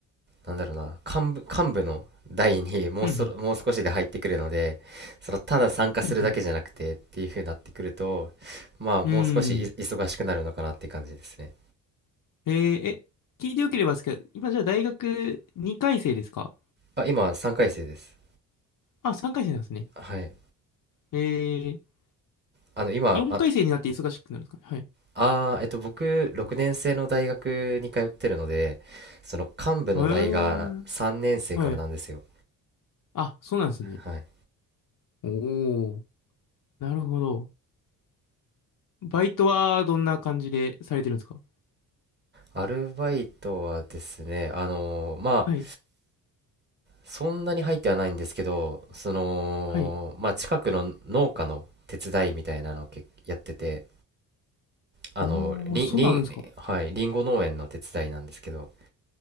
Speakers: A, on the right; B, on the left.
A: なんだろうな、幹部、幹部の代に <laughs> もうそろ、
B: うん
A: もう少しで入ってくるので、その、ただ参加するだけじゃなくてっていう風になってくると、
B: うん。うん
A: まあ、もう少しい忙しくなるのかなって感じですね。
B: うん。うーん。えー、え、聞いてよければですけど、今じゃあ大学2回生ですか
A: あ、今、3回生です。
B: あ、3回生なんですね。
A: はい。
B: えー、
A: あの、今、
B: 4回生になって忙しくなるんですかね
A: あああ、えっと、僕、6年生の大学に通ってるので、その幹部の代が3年生からなんですよ。
B: はい。へー。はい。あ、そうなんですね。
A: はい。
B: おー。なるほど。バイトはどんな感じでされてるんですか
A: アルバイトはですね、あのーまあ、
B: はい。
A: そんなに入ってはないんですけど、その、
B: はい。
A: まあ、近くの農家の手伝いみたいなのをけやってて、あの、
B: あー、
A: りん、
B: そんなんあるんですか
A: りん、はい、りんご農園の手伝いなんですけど、